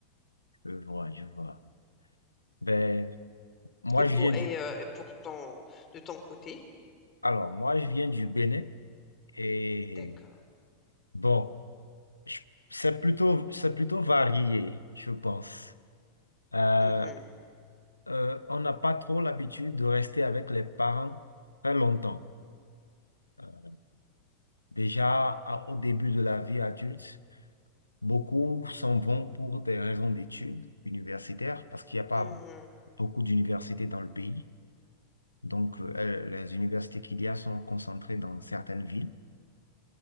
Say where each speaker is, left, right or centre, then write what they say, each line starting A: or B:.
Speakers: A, on the left (about 85°); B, on the left (about 25°).
A: Je vois, je vois. Ben, moi
B: Et pour
A: je viens du
B: et, euh, et pour ton de ton côté,
A: alors moi je viens du Bénin et
B: d'accord.
A: bon, je- c'est plutôt c'est plutôt varié, je pense. Euh,
B: Mhm,
A: euh, on n'a pas trop l'habitude de rester avec les parents très longtemps. Euh, déjà à- au début de la vie adulte, beaucoup s'en vont pour des raisons d'études universitaires parce qu'il n'y a pas
B: mhm.
A: beaucoup d'universités dans le pays. Donc, euh, elles- les universités qu'il y a sont concentrées dans certaines villes,